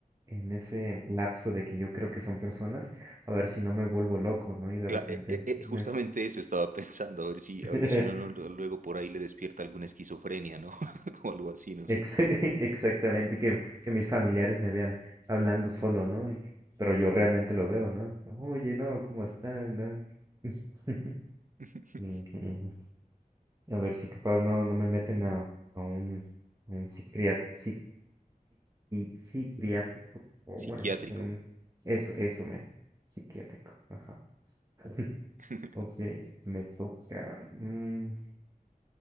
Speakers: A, on the right; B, on the right.
A: en ese lapso de que yo creo que son personas, a ver si no me vuelvo loco, ¿no? Y de
B: Cla-
A: repente,
B: eh, eh, eh,
A: me-
B: justamente eso estaba pensando, a ver si,
A: <laughs>
B: a ver si uno no, lo- luego por ahí le despierta alguna esquizofrenia, ¿no? <laughs> O algo así, no
A: ex-
B: sé.
A: <laughs> exactamente, que, que mis familiares me vean hablando solo, ¿no? Y- pero yo realmente lo veo, ¿no? Oye, no, ¿cómo estás? ¿No? <laughs>
B: <laughs>
A: Ujú. A ver si capaz no, no me meten a, a un, a un psiquiatra, psiqui- psiquiátrico, o
B: Psiquiátrico.
A: bueno, un- eso, eso, mero, psiquiátrico, ajá. <laughs>
B: <laughs>
A: Ok, me toca. mm,